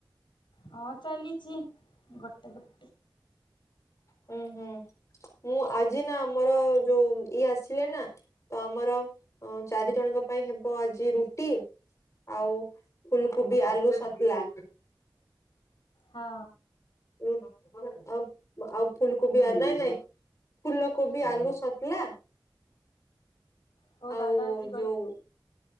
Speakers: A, on the left (about 70°); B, on the left (about 35°).
A: ହଁ ଚାଲିଚି ଗୋଟେ ଗୋ
B: ହୁଁ ହୁଁ। ମୁଁ ଆଜି ନା ଆମର ଯୋଉ ଇଏ ଆସିଲେ ନା। ତ ଆମର ଅଁ ଚାରି ଜଣଙ୍କ ପାଇଁ ହେବ ଆଜି ରୁଟି। ଆଉ ଫୁଲକୋବି ଆଲୁ ସତଲା।
A: ହଁ।
B: ଉ ଆଉ ଆଉ ଫୁଲକୋବି ଆ ନାଇଁ ନାଇଁ। ଫୁଲ କୋବି ଆଲୁ ସତଲା
A: କୋଉ
B: ଆଉ
A: ଦାଦା ଆଜି ଗଲେ
B: ଯୋଉ।